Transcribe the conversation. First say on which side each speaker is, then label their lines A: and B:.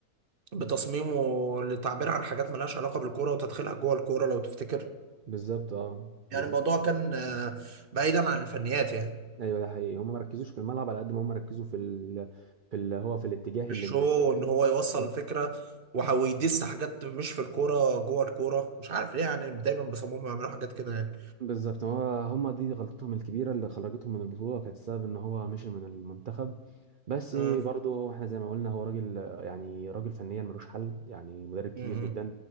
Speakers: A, on the right (about 45°); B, on the right (about 80°).
A: بتصميمه للتعبير عن حاجات ملهاش علاقه بالكوره وتدخلها جوه الكوره لو تفتكر
B: بالظبط اه بالظبط
A: يعني الموضوع كان آه، بعيدا عن الفنيات يعني
B: ايوه ده حقيقي هم ما ركزوش في الملعب على قد ما هم ركزوا في ال... في اللي هو في الاتجاه
A: في
B: اللي
A: الشو ان هو يوصل
B: بالظبط
A: الفكره وهو يدس حاجات مش في الكوره جوه الكوره مش عارف ليه يعني دايما بيصمموا يعملوا حاجات كده يعني
B: بالظبط هو هم دي غلطتهم الكبيره اللي خرجتهم من البطوله كانت السبب ان هو مشي من المنتخب بس
A: اه
B: برضه هو احنا زي ما قلنا هو راجل يعني راجل فنيا ملوش حل يعني مدرب كبير
A: امم
B: جدا